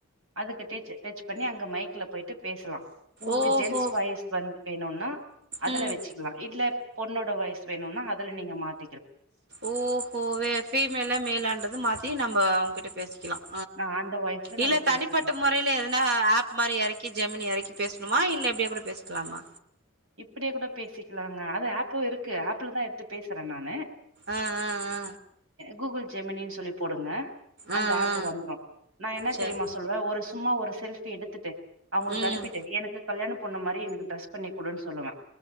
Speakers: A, on the right; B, on the right.
A: அதுக்கு டச் டச் பண்ணி அங்க மைக்ல போயிட்டு பேசலாம் உங்களுக்கு
B: ஓஹோ
A: ஜென்ஸ் வாய்ஸ் வந்து வேணும்னா அதுல
B: ம்
A: வச்சுக்கலா இல்ல பொண்ணோட வயசு வேணுனா அதுல நீங்க மாத்
B: ஓஹோ ஃபிமேலா மேலா அண்டது மாத்தி நம்ம உங்கிட்ட பேசி லாம்
A: ஆ அந்த வாய்ஸ்ல நம்ம
B: இல்ல
A: பேசிக்கலாம்
B: தனிப்பட்ட முறையில எதுனா ஆப் மாரி இறக்கி ஜெமினி இறக்கி பேசணுமா இல்ல எப்படியா கூட பேசலாமா
A: இப்படியே கூட பேசிக்கலாங்க அது ஆப்ப இருக்கு ஆப்ல தான் எடுத்து பேசுறே நானு
B: ஆ ஆ ஆ
A: கூகுள் ஜெமினின்னு சொல்லி போடுங்க அந்த
B: ஆ
A: ஆப்
B: ஆ
A: வந்துரு நான் என்ன
B: சரி
A: தெரியுமா சொல்லுவே ஒரு சும்மா ஒரு செல்ஃபி எடுத்துட்டு அவுங்களுக்கு
B: ம்
A: அனுப்பிட்டு எனக்கு கல்யாணம் பொண்ணு மாரி எனக்கு ட்ரஸ் பண்ணி குடுன்னு சொல்லுவே